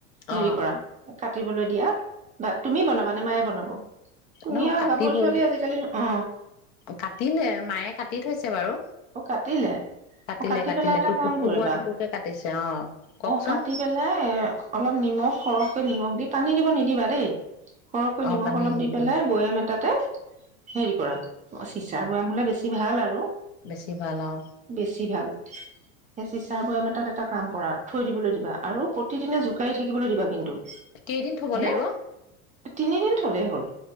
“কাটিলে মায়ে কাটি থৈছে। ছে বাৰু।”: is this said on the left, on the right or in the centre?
Left